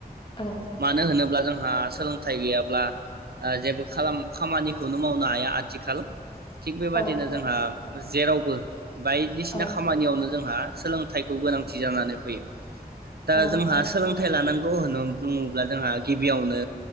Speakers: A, on the left; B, on the right.
A: औ
B: मानो होनोब्ला जोंहा सोलोंथाइ गैयाब्ला ओ जेबो खालाम खामानि खौनो मावनो हाया आथिखाल थिग बेबादिनो
A: औ
B: जोंहा जेरावबो बायदिसिना
A: औ
B: खामानियावनो जोंहा सोलोंथाइखौ गोनांथि जानानै फैयो। दा
A: औ
B: जोंहा
A: नंगौ
B: सोलोंथाइ लानां <unintelligible> ङोब्ला जोंहा गिबियावनो